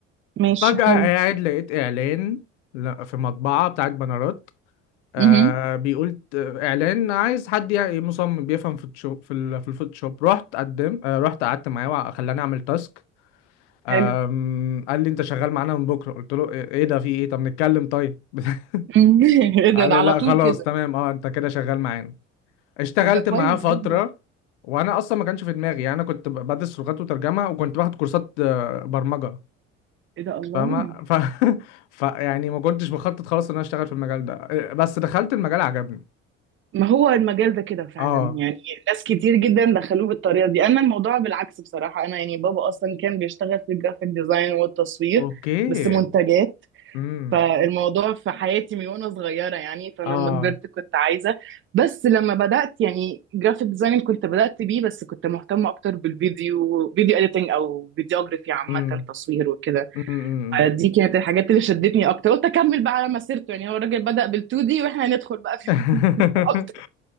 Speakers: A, on the right (about 35°); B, on the left (about 65°).
A: ماشي
B: فجاه
A: حلو
B: قاعد لقيت اعلان ل- في مطبعه بتاعت بنرات آه،
A: امم
B: بيقول ت- اعلان عايز حد يعني مصمم بيفهم فوتوشوب في ال- في الفوتوشوب رحت قدم آه، رحت قعدت معاه وخلاني اعمل تاسك أم،
A: حلو
B: قال لي انت شغال معانا من بكره قلت له ايه إيه ده في ايه طب نتكلم طيب <laughs>
A: مهم. <laughs> ايه ده
B: قال
A: ده
B: لي
A: على
B: لا
A: طول
B: خلاص
A: كده
B: تمام اه انت كده شغال معانا اشتغلت
A: طب ده كويس
B: معاه فترة
A: جدا
B: وانا اصلا ما كانش في دماغي يعني انا كنت ب- بدرس لغات وترجمة وكنت باخد كورسات آه، برمجة
A: ايه ده الله
B: فاهمة ف... <laughs> ف يعني ما كنتش بخطط خالص ان انا اشتغل في المجال ده آه، بس دخلت المجال عجبني
A: ما هو المجال ده كده فعلا
B: اه
A: يعني ناس كتير جدا دخلوه بالطريقه دي انا الموضوع بالعكس بصراحه انا يعني بابا اصلا كان بيشتغل في الجرافيك ديزاين والتصوير
B: اوكي
A: بس منتجات
B: امم
A: فالموضوع في حياتي من وانا صغيره يعني فانا
B: اه
A: لما كبرت كنت عايزه بس لما بدات يعني جرافيك ديزايننج كنت بدات بيه بس كنت مهتمه اكتر بالفيديو فيديو اديتنج او فيديوجرافي عامه
B: امم
A: تصوير وكده
B: امم
A: دي كانت الحاجات اللي شدتني اكتر قلت اكمل بقى على مسيرته يعني هو الراجل بدا بال2 دي واحنا هندخل بقى في
B: <laughs>
A: <laughs> اكتر